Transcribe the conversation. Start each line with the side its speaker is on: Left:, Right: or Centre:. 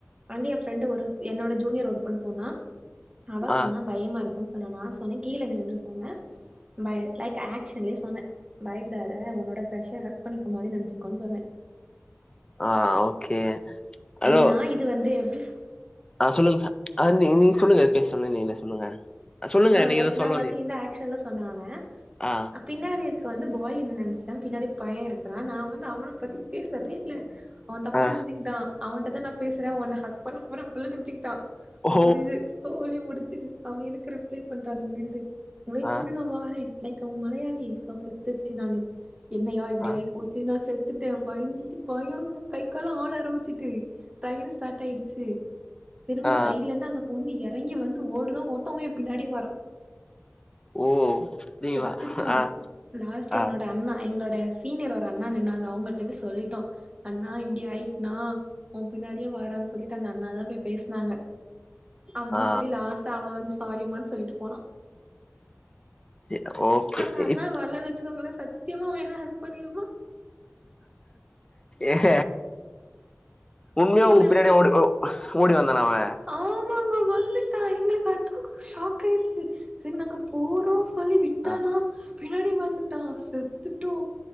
Right: அங்கே ஏன் ஃப்ரெண்டு ஒரு என்னோட ஜூனியர் ஒரு பொண்ணு போனா அவ
Left: ஆ
Right: சொன்னா பய்மா இருக்குனு சொன்னனா நா சொன்னே கீழ நின்றுக்கோன்ன ப லைக் ஆக்சன்லே சொன்னே பய்ப்டாத உன்னோட ஃப்ஸ்ஸ ஹக் பண்ணிக்க மோதே நென்சுக்கோனு சொன்ன
Left: ஆ ஓகே ஹலோ
Right: ஏன் நா இது வந்து எப்டி சொ
Left: ஆ சொல்லுங்க ஆ நீ நீங்க சொல்லுங்க பே சொல்லிருந்தீங்க சொல்லுங்க சொல்லுங்க
Right: ஆ
Left: நீங்க
Right: லைக்
Left: ஏதோ சொல்ல
Right: நா
Left: வந்தீங்க
Right: வந்து இந்த ஆக்ஷன்ல சொன்னோன
Left: ஆ
Right: பின்னாடி இருக்க வந்து பாய் என்ன நனச்சுட்டான் பின்னாடி பைய்ய இருக்குறா நா வந்து அவனு பத்தி பேசவே இல்ல அவ தப்பா
Left: ஆ
Right: நென்சுக்கிட்டா அவன்டதா நா பேசுற உன்ன ஹக் பண்ண போற அப்பிள்ளா நெனச்சுக்கிட்டா
Left: ஓ
Right: புரிது சோலி முடிச்சுது அவ எனக்கு ரிப்ளை பண்றா அங்க நின்னுகிட்டு வெயிட்
Left: ஆ
Right: பண்ணு நா வாறே லைக் அவன் மலையாளி சோ செத்துச்சு நானு என்னயா இப்டி
Left: ஆ
Right: ஆய்போ நா செத்துட்ட பயந் பயோ கை கால்லா ஆட ஆரம்பிச்சுட் டு ரைடு ஸ்டாட் ஆயிடுச்சு திரும்ப
Left: ஆ
Right: ரைட்ல இருந்து அந்த பொண்ணு எறங்கி வந்து ஓடுதா ஓட்டோ எ பின்னாடியே வரா
Left: ஓ அப்டிங்களா
Right: செத்துட்டோ
Left: ஆ
Right: லாஸ்ட்
Left: ஆ
Right: என்னோட அண்ணா எங்ளோட சீனியர் ஒரு அண்ணா நின்னாங்க அவங்கிட்டமே சொல்லீட்டோ அண்ணா இப்டி ஆயிட்னா உன் பின்னாடியே வாறான் சொல்லீட்டு அந்த அண்ணாத போய் பேச்னாங்க அப்டின்
Left: ஆ
Right: சொல்லி லாஸ்ட் அவன் வந்து சாரிமானு சொல்லீட்டு போனா
Left: சேர் ஓகே
Right: அந்த அண்ணா
Left: இப்
Right: வர்லேனா வச்சுக்கோங்களே சத்தியமா அவ என்ன ஹக் பண்ணீருப்ப
Left: ஏஹ உண்மயா
Right: என்ன
Left: உங் பின்னாடி ஓடி ஓ ஓடி வந்தானா அவன்
Right: ஆமாங்க வந்துட்டா எங்ளுக்கு அத்தாங்க ஷாக் ஆய்டுச்சு செரி நாங்க போறோ சொல்லி விட்டானா
Left: ஆ
Right: பின்னாடியே வந்துட்டா செத்துட்டோ